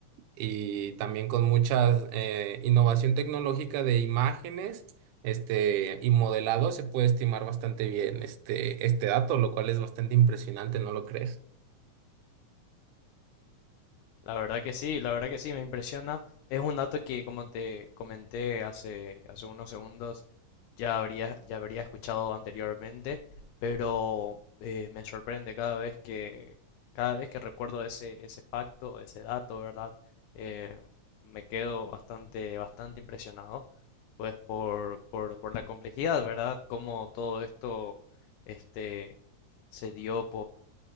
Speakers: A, on the right; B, on the left.
A: y también con mucha innovación tecnológica de imágenes este, y modelado se puede estimar bastante bien este, este dato, lo cual es bastante impresionante, ¿no lo crees?
B: La verdad que sí, la verdad que sí, me impresiona. Es un dato que, como te comenté hace, hace unos segundos, ya habría, ya habría escuchado anteriormente, pero eh, me sorprende cada vez que, cada vez que recuerdo ese, ese facto, ese dato, ¿verdad? Eh, me quedo bastante, bastante impresionado, pues por, por, por la complejidad, ¿verdad? Cómo todo esto, este, se dio